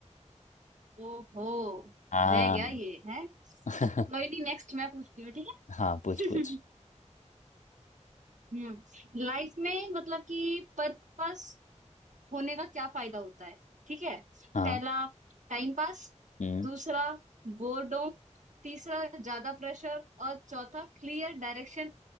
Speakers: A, on the right; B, on the left.
A: ओहो
B: हाँ
A: रह गया ये है कोई
B: <laughs>
A: नहीं नेक्स्ट मैं पूछती हूँ ठीक
B: हाँ पूछ
A: है
B: पूछ
A: <laughs> हम्म लाइफ में मतलब कि पर्पस होने का क्या फायदा होता है ठीक है
B: हाँ
A: पहला टाइम पास
B: हम्म
A: दूसरा बोर्डम तीसरा ज्यादा प्रेशर और चौथा क्लियर डायरेक्शन